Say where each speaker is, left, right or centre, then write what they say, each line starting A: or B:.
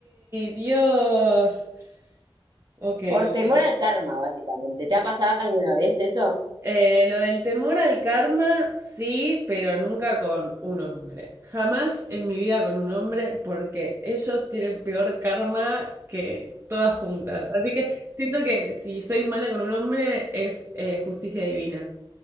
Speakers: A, on the right; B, on the right.
A: Dios. Ok,
B: Por
A: ok.
B: temor al karma, básicamente. ¿Te ha pasado alguna vez eso?
A: Eh, lo del temor al karma, sí, pero nunca con un hombre. Jamás en mi vida con un hombre porque ellos tienen peor karma que todas juntas. Así que siento que si soy mala con un hombre es eh, justicia divina.